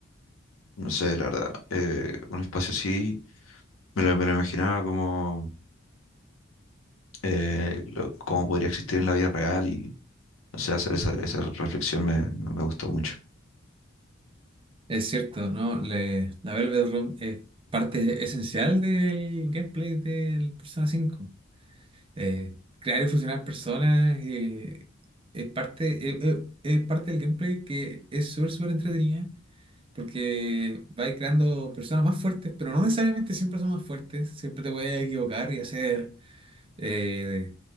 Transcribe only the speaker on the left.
no sé, la verdad, eh, un espacio así me lo, me lo imaginaba como, eh, lo- como podría existir en la vida real y no sé, hacer esa, esa reflexión me, me me gustó mucho.